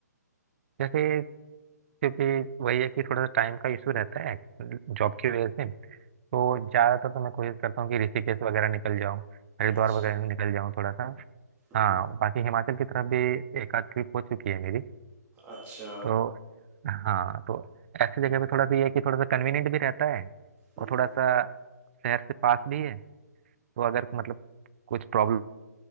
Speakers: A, on the right; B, on the right.
A: जैसे क्योंकि वही है कि थोड़ा सा टाइम का इशू रहता है जॉब की वजह से तो ज़्यादातर तो मैं कोशिश करता हूँ कि ऋषिकेश वगैरह निकल जाऊँ हरिद्वार
B: अच्छा
A: वगैरह निकल जाऊँ थोड़ा सा
B: हम्म,
A: हाँ बाकी हिमाचल की तरफ भी एक आध ट्रिप हो चुकी है मेरी
B: अच्छा
A: तो हाँ तो ऐसी जगह पे थोड़ा सा ये है कि थोड़ा सा कन्वीनियंट भी रहता है
B: हम्म,
A: और
B: हम्म,
A: थोड़ा सा शहर से पास भी है तो अगर मतलब कुछ प्रॉब्लम